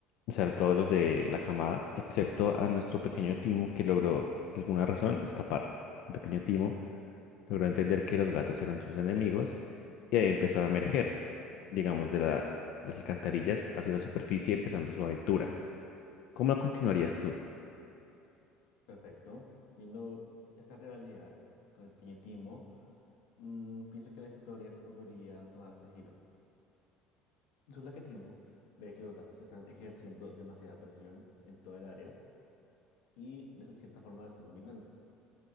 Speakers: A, on the left (about 55°); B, on the left (about 85°).
A: o sea, a todos los de la camada, excepto a nuestro pequeño Timo que logró, por alguna razón, escapar. El pequeño Timo logró entender que los gatos eran sus enemigos y ahí empezó a emerger, digamos, de la, de las alcantarillas hacia la superficie, empezando su aventura. ¿Cómo la continuarías tú?
B: Perfecto. Viendo esta rivalidad con el pequeño Timo, mm, pienso que la historia podría tomar este giro. Resulta que Timo ve que los gatos están ejerciendo demasiada presión en toda el área y de cierta forma lo están dominando.